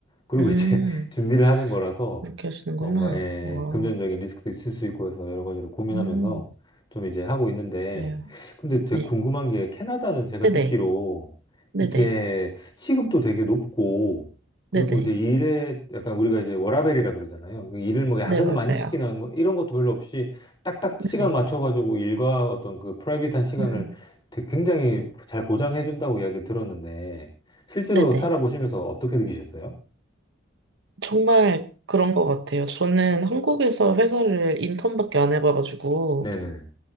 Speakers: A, on the left; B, on the right.
A: 그리고
B: 음,
A: 이제 <laughs> 준비를 하는 거라서
B: 그렇게 하시는구나.
A: 뭔가 예,
B: 와,
A: 금전적인 리스크도 있을 수 있고 해서 여러 가지로 고민하면서
B: 음,
A: 좀 이제 하고 있는데
B: 그래요.
A: 근데 제가
B: 네.
A: 궁금한 게 캐나다는 제가
B: 네네.
A: 듣기로
B: 네네.
A: 이렇게 시급도 되게 높고 그리고
B: 네네.
A: 이제 일에 약간 우리가 이제 워라밸이라 그러잖아요. 그 일을 뭐 야근을
B: 네, 맞아요.
A: 많이 시키는 거 이런 것도 별로 없이 딱딱
B: 네네.
A: 시간 맞춰가지고 일과 어떤 그 프라이빗한 시간을
B: 음.
A: 되게 굉장히 잘 보장해 준다고 이야기를 들었는데 실제로
B: 네네.
A: 살아보시면서 어떻게 느끼셨어요?
B: 정말 그런 것 같아요. 저는 한국에서 회사를 인턴밖에 안 해봐가지고,
A: 네네.